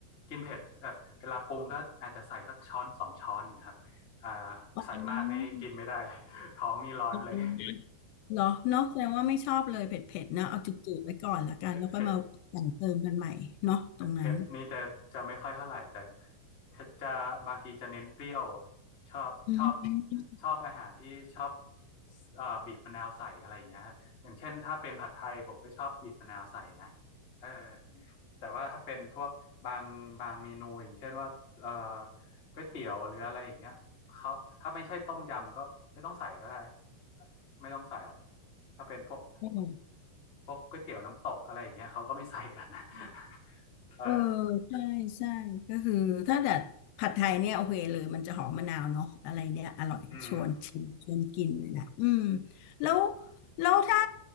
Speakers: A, on the left; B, on the left.
A: กินเผ็ดแบบเวลาปรุงก็อาจจะใส่สักช้อนสองช้อนนี่างเงี้ยครับอ่า
B: อ๋อโ
A: ใส่มากนี่กินไม่ได้เลย <laughs> ท้องนี่ร้อนเลย
B: อเคเหรอเนาะแสดงว่าไม่ชอบเลยเผ็ดๆนะเอาจืดๆไว้ก่อนละกันแล้วค่อยมาแต่งเติมกันใหม่เนาะตรงนั้น
A: เผ็ดเผ็ดเผ็ดเผ็ดนี่จะจะไม่ค่อยเท่าไหร่แต่จะบางทีจะเน้นเปรี้ยวชอบชอบ
B: อืม
A: ชอบอาหารที่ชอบเอ่อบีบมะนาวใส่อะไรอย่างเงี้ยฮะอย่างเช่นถ้าเป็นผัดไทยผมก็ชอบบีบมะนาวใส่นะเออ แต่ว่าถ้าเป็นพวกบางบางเมนูอย่างเช่นว่าเอ่อก๋วยเตี๋ยวหรืออะไรอย่างเงี้ยเขาถ้าไม่ใช่ต้มยำก็ไม่ต้องใส่ก็ได้ไม่ต้องใส่หรอกถ้าเป็นพวก
B: อืม
A: พวกก๋วยเตี๋ยวน้ำตกอะไรอย่างเงี้ยเขาก็ไม่ใส่กันนะ <laughs> เออ
B: เออใช่ใช่ก็คือถ้าดัดผัดไทยเนี่ยโอเคเลยมันจะหอมมะนาวเนาะอะไรเนี่ยอร่อยชวนชิมชวนกินเลยนะอืม
A: อืม
B: แล้วแล้วถ้า